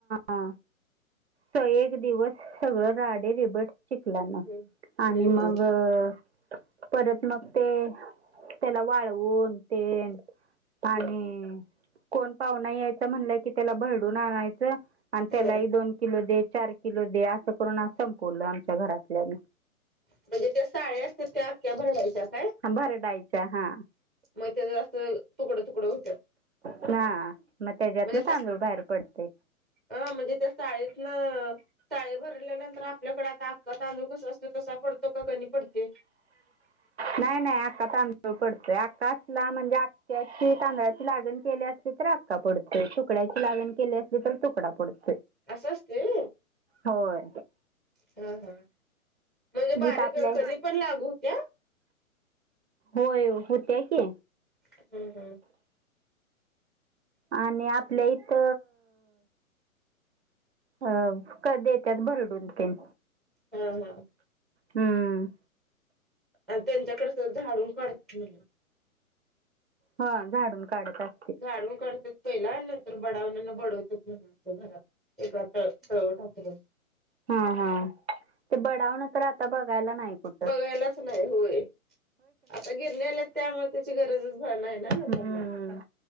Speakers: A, on the right; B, in the centre.
A: आ सगळे एक दिवस सगळं राडे रीबेट. चिकलान
B: हम्म
A: आणि
B: हम्म
A: मग
B: हम्म
A: आ. परत मग ते तेला वाळवून तेन. आणि
B: हा.
A: कोण पावूना यायचा म्हणलं कि त्याला भरडून आणायचं. आणि
B: हम्म
A: त्याला ही दोन किलो दे चार किलो दे असं करून संपवलं आमच्या घरातल्यानी.
B: म्हणजे ते साळे असत्यात त्या आख्या भरडयच्या काय.
A: भरडायच्या हा.
B: मग तेज असं तुकड तुकड होत्यात.
A: हा म तेज्यातन
B: म्हणजे
A: तांदूळ बाहेर पडतय.
B: अ मणजे त्या साळीन. साळी भरल्यानंतर आपल्याकडे आता आपख तांदूळ कस असतो तसा पडतो का कमी पडते. <inaudible>
A: नाय नाय आत्ता तांदूळ पडतय अक्का असला म्हणजे अखख्याची तांदळाची लागण केली असली तर त पडतोय तुकड्याची लागण केली असली तर तुकडा पडत
B: अस असतय होय
A: होय
B: हं हं म्हणजे बारीक
A: इथं आपल्या
B: कधी पण लागू हूत्या
A: होय हूत्या की
B: हं हं
A: आणि आपल्या इत अ क देत्यात भरडून तेन
B: हं हं
A: हम्म
B: आणि त्यांच्याकड ते झाडून कडतील म
A: हा झाडून काडत अस
B: झाडून काडत्यात पइला आणि नंतर बडावनीन बडवत्यात म्हण अस घरात एका <unintelligible>
A: हा हा ते बडावणं तर आता बगायला नाय कुट
B: बघायलाच नाही होय आता गिरणी आल्यात त्यामुळे त्याची गरजच नाही ना लोकांना
A: हम्म.